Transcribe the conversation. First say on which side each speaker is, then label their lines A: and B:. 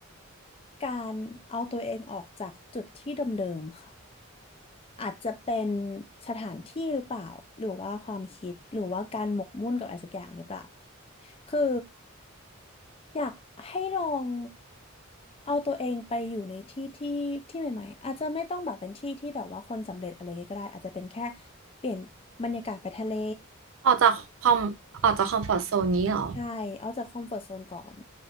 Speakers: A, on the left; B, on the right.
A: การเอาตัวเองออกจากจุดที่เดิมๆค่ะอาจจะเป็นสถานที่หรือเปล่าหรือว่าความคิด หรือว่าการหมกมุ่นกับอะไรสักอย่างหรือเปล่าคือ อยากให้ลองเอาตัวเองไปอยู่ในที่ที่ที่ใหม่ๆอาจจะไม่ต้องแบบเป็นที่ที่แบบว่าคนสำเร็จอะไรก็ได้อาจจะเป็นแค่เปลี่ยนบรรยากาศไปทะเล
B: ออกจากคอมออกจากคอมฟอร์ z โซนนี้เหรอ
A: ใช่ เอาจากคอมฟอร์ z โซนก่อน